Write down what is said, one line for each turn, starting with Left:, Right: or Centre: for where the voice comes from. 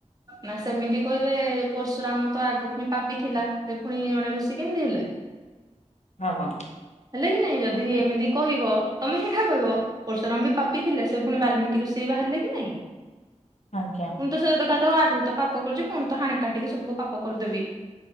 Right: ନା ସେମିତି କହିଲେ ପର୍ଶୁରାମ ତ ଆଗୁ ପୁଣି ପାପି ଥିଲା ସେ ପୁଣି ଜଣେ ଋଷି କେମିତି ହେଲେ?
Left: ହଁ ହଁ।
Right: ହେଲେ କିି ନାଇଁ ଯଦି ଏମିତି କହିବ ତମେ ସେଠା କହିବ। ପର୍ଶୁରାମ ବି ପାପି ଥିଲେ, ସେ ପୁଣି ବାଲମିକି ଋଷି ହେଇ ବାହାରିଲେ କି ନାଇଁ?
Left: ଆଜ୍ଞା।
Right: ମୁୁ ତ ସେ କା ତ ଆଗରୁ ତ ପାପ କରିଚୁ ପୁଣି ତ ହାଣି କାଟିକି ସବୁ ପାପ କରିଦେବି।